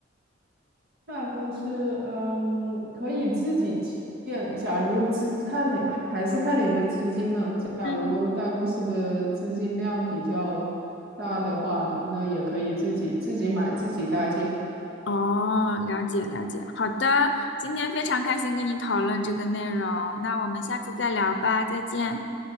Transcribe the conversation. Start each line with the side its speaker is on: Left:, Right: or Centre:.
Right: 大公司，嗯，可以自己建。假如资看你还还是看你的资金呢。假如大公司的资金量比较大的话，
Left: 嗯，
Right: 那也可以自己自己买自己搭建。
Left: 哦，了解了解，好的，今天非常开心跟你讨论这个内容，那我们下次再聊吧，再见。